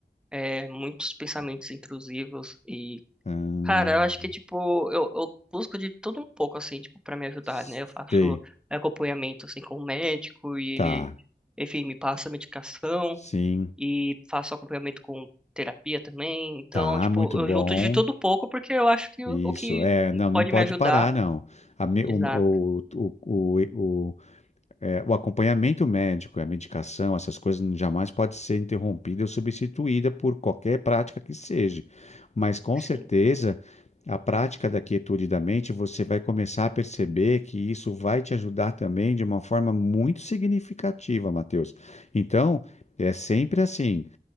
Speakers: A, in the centre; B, on the left (about 40°).
A: é, muitos pensamentos intrusivos
B: Ahn,
A: Cara, eu acho que, tipo, eu, eu busco de tudo um pouco, assim, tipo, pra me ajudar,
B: sei,
A: né? Eu faço acompanhamento, assim, com o médico e
B: tá,
A: ele, enfim, me passa medicação
B: sim,
A: e faço acompanhamento com terapia também. Então,
B: tá,
A: tipo,
B: muito
A: eu
B: bom.
A: junto de tudo um pouco porque eu acho que o
B: Isso,
A: o que
B: é, não, não
A: pode
B: pode
A: me ajudar.
B: parar, não. A me-
A: Exato,
B: o, o, o, o, o, é, o acompanhamento médico, a medicação, essas coisas não- jamais pode ser interrompida ou substituída por qualquer prática que seja. Mas com certeza,
A: sim.
B: a prática da quietude da mente, você vai começar a perceber que isso vai te ajudar também de uma forma muito significativa, Matheus. Então, é sempre assim.